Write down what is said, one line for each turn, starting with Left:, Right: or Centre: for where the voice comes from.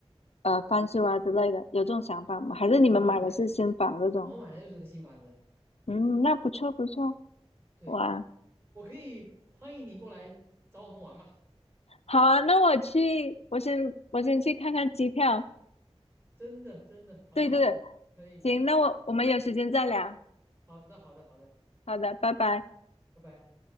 Left: 呃翻修啊之类的？
Right: 哦，
Left: 有这种想法吗？还是你们买的是新房这种？
Right: 我们买，我们买的又是个新房子。
Left: 嗯，那不错不错，
Right: 对，
Left: 哇，
Right: 我可以欢迎你过来找我们玩嘛，
Left: 好啊，那我去，我先我先去看看机票，
Right: 真的真的，好的好的，
Left: 对对对，
Right: 可以，
Left: 行，那我我们有时间再聊。
Right: 好的好的好的，
Left: 好的，拜拜。
Right: 拜拜。